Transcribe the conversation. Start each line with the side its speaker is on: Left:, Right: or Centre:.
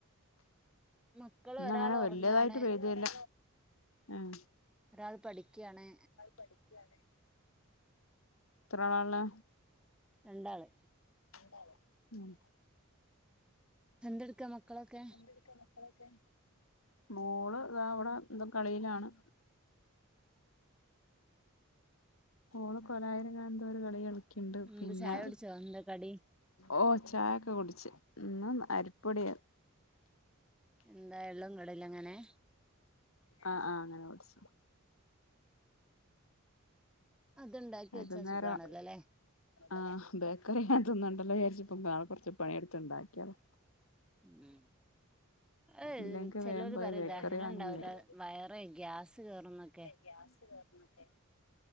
Centre: മക്കള്
Left: ഇന്ന്
Centre: ഒരാൾ
Left: അങ്ങനെ വല്യതായിട്ട്
Centre: ഉറങ്ങാണ്
Left: പെയ്തില്ല ഏഹ്
Centre: ഒരാൾ പഠിക്കാണ്‌
Left: പഠിക്കാണ് എത്ര ആളാ
Centre: രണ്ടാള്
Left: രണ്ടാള് ഉം
Centre: എന്തെടുക്കാ മക്കളൊക്കെ
Left: എന്തെടുക്കാ മക്കളൊക്കെ മോള് താ ഇവിടെ ന്തോ കളിയിലാണ് ഓള് കൊലായില് ഇങ്ങനെ എന്തോ ഒരു കളി കളിക്ക്ണ്ട്
Centre: എന്ത്
Left: പിന്നെ
Centre: ചായ കുടിച്ചോ എന്താ കടി
Left: ഓഹ് ചായൊക്കെ കുടിച്ച് ഇന്ന് അരിപ്പൊടിയാ
Centre: എന്താ എള്ളും <unintelligible> ങ്ങനെ
Left: ആഹ് ആഹ് അങ്ങനെ പൊടിച്ചത്
Centre: അത്ണ്ടാക്കി
Left: ഏത്
Centre: വെച്ചാ
Left: നേരം
Centre: സുഖാണല്ലോ അല്ലെ
Left: ആഹ് ബേക്കറി ഇങ്ങനെ തിന്നണ്ടല്ലോ വിചാരിച്ച് ഇപ്പോ കൊറച്ച് പഴം എടുത്ത് ഇണ്ടാക്കിയതാ
Centre: ഉം അഹ്
Left: ഇല്ലെങ്കി
Centre: ചിലര്
Left: വേഗം പോയി
Centre: പറയും
Left: ബേക്കറി
Centre: ദഹനം
Left: വാങ്ങി
Centre: ഇണ്ടാവൂല
Left: വരും
Centre: വയറ് ഗ്യാസ് കേറുന്നൊക്കെ
Left: ഗ്യാസ് കേറുന്നൊക്കെ